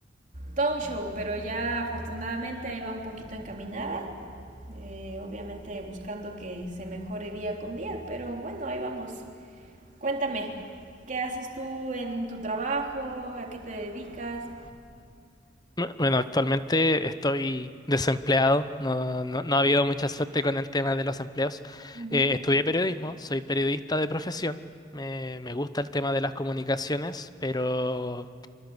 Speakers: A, on the right; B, on the left.
A: todo un show, pero ya afortunadamente ahí va un poquito encaminada. Eh, obviamente buscando que se mejore día con día, pero bueno, ahí vamos. Cuéntame, ¿qué haces tú en tu trabajo? ¿A qué te dedicas?
B: Bu- Bueno, actualmente estoy desempleado. No, no, no ha habido mucha suerte con el tema de los empleos.
A: Ujú.
B: Eh, estudié periodismo, soy periodista de profesión. Me, me gusta el tema de las comunicaciones, pero